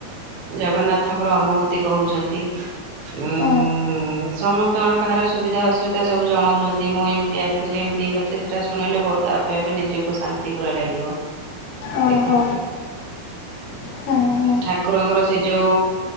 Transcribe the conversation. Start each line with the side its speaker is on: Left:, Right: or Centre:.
Right: ଜଗନ୍ନାଥଙ୍କର ଅନୁଭୂତି କହୁଛନ୍ତି। ଉଁ
Left: ହୁଁ
Right: ସମସ୍ତଙ୍କର କାହାର ସୁବିଧା ଅସୁବିଧା ସବୁ ଜଣାଉଛନ୍ତି ମୁଁ ଏମିତି ଆସିଥିଲି ଏମ ଏ କରି ସେଟା ଶୁଣିଲେ ବହୁତ ଆପେ ଆପେ ନିଜକୁ ଶାନ୍ତି ପୁରା ଲାଗିବ।
Left: ଓହୋ
Right: ଦେଖନ୍ତୁ
Left: ହୁଁ ହୁଁ
Right: ଠାକୁରଙ୍କର ସେ ଯୋଉ